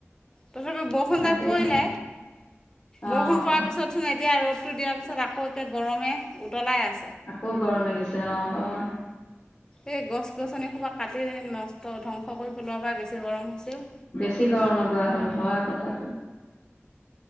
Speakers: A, on the left; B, on the left.
A: তথাপি বৰষুণ
B: তাকেহে
A: জাক পৰিলে,
B: অ',
A: বৰষুণ পোৱাৰ পিছত চুন এতিয়া ৰ'দ টো দিয়াৰ পিছত আকৌ একে গৰমে উতলাই আ
B: আকৌ গৰম লাগিছে অ হয়।
A: এই গছ গছনি হুপা কাটি নষ্ট, ধ্বংস। কৰি পেলোৱা পৰা বেছি গৰম হৈ হৈছে অ।
B: বেছি গৰম লগোৱা হ'ল, হয় কথাটো